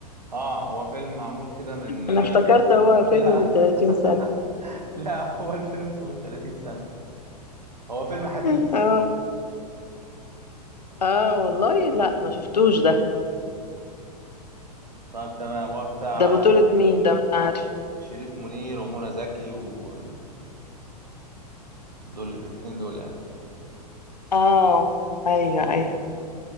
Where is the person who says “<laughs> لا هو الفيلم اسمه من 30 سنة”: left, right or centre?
Right